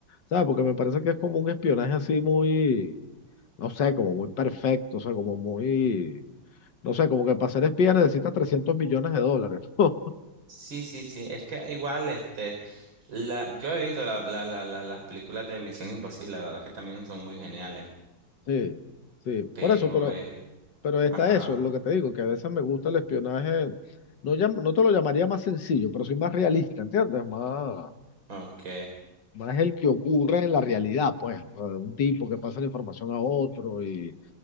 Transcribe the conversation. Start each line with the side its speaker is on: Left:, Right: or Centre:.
Left: ¿Sabes? Porque me parece que es como un espionaje así muy, no sé, como muy perfecto, o sea, como muy, no sé, como que para ser espía necesitas 300 millones de dólares, <laughs> ¿no?
Right: Sí, sí, sí. Es que igual, este, la, yo he visto la, la, la, la- las películas de Misión Imposible, la verdad que también son muy geniales.
Left: Sí, sí,
Right: Pero,
Left: por eso, pero
Right: es
Left: Pero está
Right: ajá,
Left: eso, lo que te digo, que a veces me gusta el espionaje, no, llam- no te lo llamaría más sencillo, pero soy más realista, ¿entiendes? Más,
Right: ok.
Left: más el que ocurre en la realidad, pues, o sea, un tipo que pasa la información a otro y,